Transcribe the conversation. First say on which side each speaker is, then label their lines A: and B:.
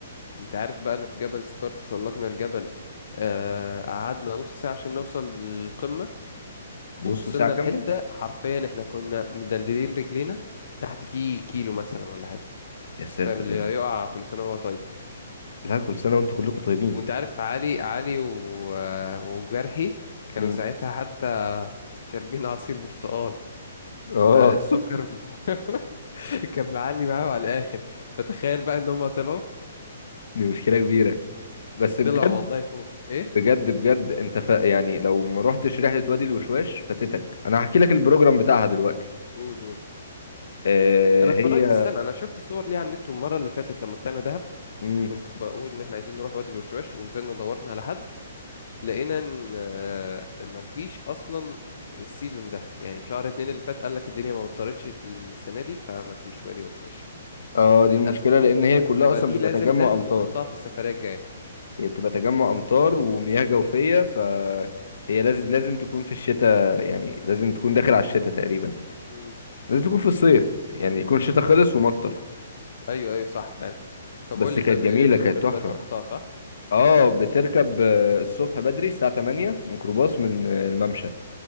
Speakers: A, on the left (about 55°); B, on the left (about 75°).
A: انت عارف بقى ان في جبل ستار تسلقنا الجبل آه، قعدنا نص ساعة عشان نوصل للقمة
B: نص
A: ووصلنا
B: ساعة
A: لحتة
B: كاملة
A: حرفيا احنا كنا مدلدلين رجلينا تحت فيه كيلو مثلا ولا حاجة
B: يا ساتر
A: فاهم اللي
B: يا
A: يقع
B: رب
A: كل سنة وهو طيب
B: لا كل سنة وانتم كلكم طيبين
A: وانت عارف علي علي و... وجرحي كانوا
B: مم.
A: ساعتها حتى شاربين عصير برتقال
B: اه
A: فالسكر <laughs> كان معلي معاهم على الآخر فتخيل بقى ان هم طلعوا
B: دي مشكلة كبيرة بس بجد
A: طلعوا والله فوق ايه
B: بجد بجد انت ف... يعني لو ما روحتش رحلة وادي الوشواش فاتتك انا هحكي لك البروجرام بتاعها دلوقتي
A: قول قول
B: آه
A: انا اتفرجت
B: هي
A: استنى انا شفت صور ليها على النت المرة اللي فاتت لما طلعنا دهب
B: مم.
A: كنت بقول ان احنا عايزين نروح وادي الوشواش ونزلنا دورنا على حد لقينا ان آه، مفيش اصلا السيزون ده يعني في شهر اتنين اللي فات قال لك الدنيا ما مطرتش السنه دي فمفيش وادي وش وش
B: اه دي
A: للاسف
B: المشكلة لان هي كلها اصلا
A: فدي
B: بيبقى
A: لازم
B: تجمع
A: لازم
B: امطار
A: نحطها في السفريه الجايه
B: هي بتبقى تجمع امطار ومياه جوفية ف هي لازم لازم تكون في الشتاء يعني لازم تكون داخل على الشتاء تقريبا
A: مم.
B: لازم تكون في الصيف يعني يكون الشتاء
A: مم.
B: خلص ومطر
A: ايوه ايوه صح فعلا طب
B: بس
A: قول لي
B: كانت
A: طيب هي
B: جميلة
A: يد الوشواش
B: كانت تحفة
A: بقى انت رحتها صح
B: اه بتركب آه، الصبح بدري الساعة 8 ميكروباص من آه، الممشى